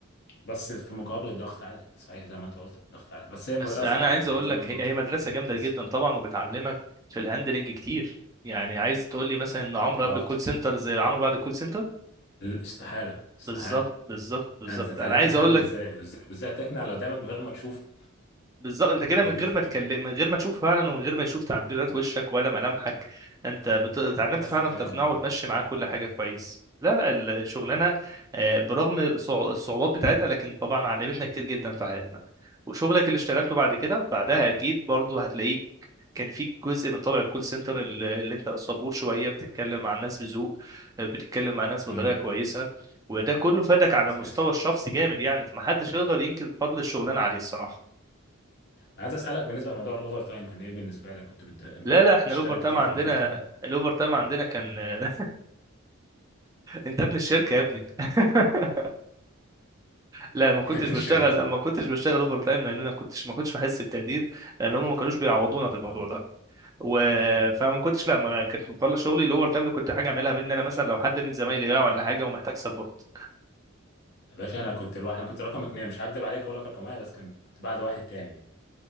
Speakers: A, on the left (about 50°); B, on the right (about 15°).
A: بس في مقابل الضغط عالي صحيح زي ما أنت قلت ضغط عالي بس هي
B: بس
A: مدرسة
B: انا
A: يعني
B: عايز اقول
A: زي
B: لك
A: ما أنت
B: هي
A: قلت
B: هي مدرسه جامده
A: مدرسة
B: جدا طبعا وبتعلمك في الهاندلنج كتير يعني عايز تقول لي مثلا ان عمرو
A: بالظبط
B: قبل الكول سنتر زي عمرو بعد الكول سنتر
A: استحالة استحالة
B: بالظبط بالظبط بالظبط
A: لا أنت اتعلمت
B: انا عايز
A: تهندل
B: اقول لك
A: إزاي وإزاي وإزاي تقنع اللي قدامك من غير ما تشوفه
B: بالظبط انت كده
A: هي
B: من
A: دي
B: غير
A: الفكرة
B: ما تكلم من غير ما تشوف فعلا ومن غير ما يشوف تعبيرات
A: اه
B: وشك ولا ملامحك انت بت- اتعلمت
A: بس
B: فعلا
A: بكلامك
B: تقنعه وتمشي
A: اه
B: معاه كل حاجه كويس لا لا الشغلانه
A: اه
B: آه، برغم صع- الصعوبات بتاعتها لكن طبعا علمتنا كتير جدا في حياتنا وشغلك اللي اشتغلته بعد كده
A: اكيد
B: بعدها اكيد برضو هتلاقيك كان فيك جزء من طبع الكول سنتر اللي اللي انت صبور شويه بتتكلم مع الناس بذوق آه، بتتكلم مع الناس
A: امم
B: بطريقه كويسه وده كله فادك على
A: اساسي
B: المستوى الشخصي جامد يعني فمحدش يقدر ينكر فضل الشغلانه عليه الصراحه
A: عايز اسالك بالنسبه لموضوع الاوفر تايم كان ايه بالنسبه لك كنت بت-
B: لا لا احنا
A: بتشترك
B: الاوفر تايم
A: كتير
B: عندنا
A: في الاوفر تايم <laughs>
B: الاوفر تايم عندنا كان <laughs> انت ابن الشركه يا ابني <laughs> لا ما كنتش
A: ابن
B: بشتغل
A: الشركه صح
B: ما كنتش بشتغل اوفر تايم لان انا كنتش ما كنتش بحس بتقدير لان هم ما كانوش بيعوضونا
A: اه
B: في الموضوع
A: اه
B: ده و... فما كنتش لا ما كنت بخلص شغلي الاوفر تايم ده كنت حاجه اعملها مني انا مثلا لو حد من زمايلي وقع ولا حاجه ومحتاج سبورت
A: يا باشا انا كنت الواحد انا كنت رقم اتنين مش هكدب عليك اقول لك رقم واحد بس كان كنت بعد واحد تاني